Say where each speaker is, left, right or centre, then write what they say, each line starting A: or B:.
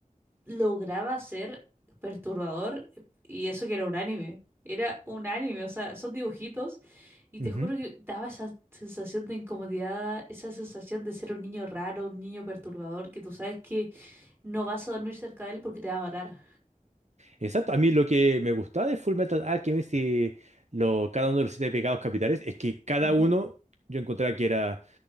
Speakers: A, on the right; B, on the right.
A: lograba ser perturbador y eso que era un anime. Era un anime, o sea, son dibujitos y te
B: ujú.
A: juro que daba esa sensación de incomodidad, esa sensación de ser un niño raro, un niño perturbador, que tú sabes que no vas a dormir cerca de él porque te va a matar.
B: Exacto. A mí lo que me gustaba de Full Metal Alchemist y lo, cada uno de los siete pecados capitales es que cada
A: Ujú.
B: uno yo encontraba que era